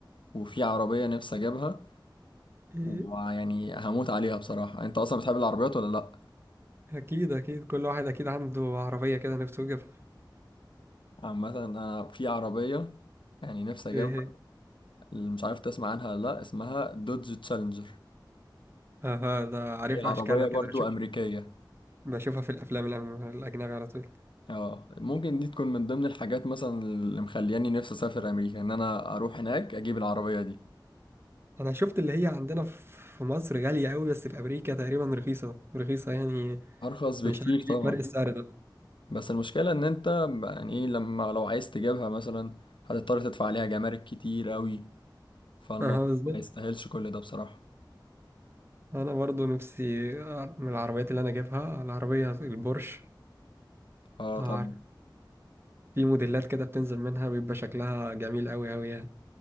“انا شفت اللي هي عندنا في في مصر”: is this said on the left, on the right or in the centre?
Right